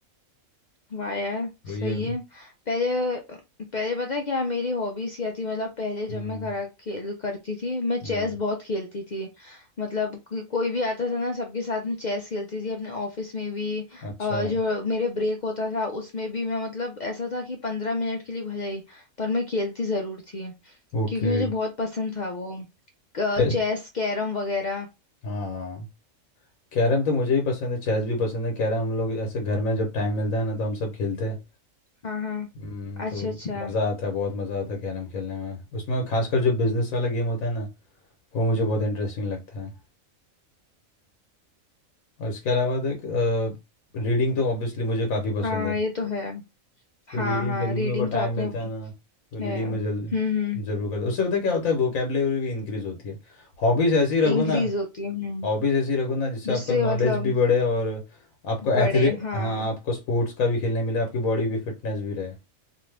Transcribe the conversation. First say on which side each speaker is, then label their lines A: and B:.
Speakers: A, on the left; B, on the left.
A: वाह यार
B: तो
A: सही
B: ये
A: है पहले पहले पता है क्या मेरी हॉबीज क्या थी मतलब पहले जब
B: हम्म
A: मैं करा खेल करती थी मैं चेस
B: हम्म
A: बहुत खेलती थी मतलब कि- कोई भी आता था ना सबके साथ में चेस खेलती थी अपने ऑफिस में भी
B: अच्छा
A: अ,
B: है
A: जो मेरे ब्रेक होता था उसमें भी मैं मतलब ऐसा था कि पंद्रह मिनट के लिए भले ही पर मैं खेलती जरूर थी
B: ओके
A: क्योंकि मुझे बहुत पसंद था वो चेस
B: कै-
A: कैरम वगैरह
B: हाँ कैरम तो मुझे भी पसंद है चेस भी पसंद है कैरम हम लोग ऐसे घर में जब टाइम मिलता है ना तो हम सब खेलते हैं
A: हाँ हाँ
B: हम्म, तो
A: अच्छा अच्छा
B: मज़ा आता है बहुत मज़ा आता है कैरम खेलने में उसमें खासकर जो बिजनेस वाला गेम होता है ना वो मुझे बहुत इंटरेस्टिंग लगता है और इसके अलावा देख रीडिंग तो ऑब्वियसली मुझे काफ़ी पसंद
A: हाँ
B: है
A: ये तो है
B: तो
A: हाँ
B: रीडिंग
A: हाँ
B: जब भी
A: रीडिंग
B: मेरे को टाइम
A: तो आपने
B: मिलता है ना तो रीडिंग
A: है
B: में
A: हम्म
B: जल
A: हम्म
B: ज़रूर करता हूँ। उससे पता है क्या होता है वोकेबलरी भी इंक्रीज़ होती है हॉबीज़ ऐसी रखो
A: इंक्रीज
B: ना
A: होती है हम्म
B: हॉबीज़ ऐसी रखो ना जिससे
A: जिससे
B: आपका नॉलेज
A: मतलब
B: भी बढ़े और आपको एथलीट
A: बड़े हाँ
B: हाँ आपको स्पोर्ट्स का भी खेलने मिले आपकी बॉडी भी फिटनेस भी रहे